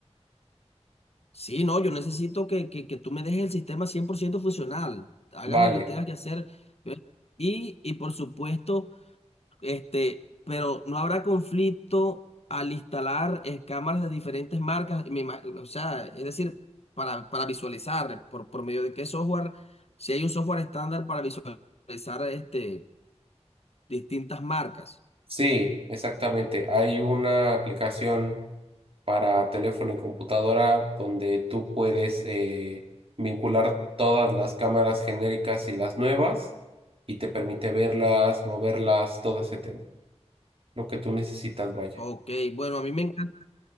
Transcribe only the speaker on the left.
Sí, no, yo necesito que, que, que tú me dejes el sistema 100% funcional, hagas
lo que tengas que hacer. ¿ve? Y, y por supuesto, este, pero no habrá conflicto al instalar eh, cámaras de diferentes marcas, me ima- o sea, es decir, para, para visualizar por, por medio de qué software, si hay un software estándar para visualizar este, distintas marcas.
Ok, bueno, a mí me encanta.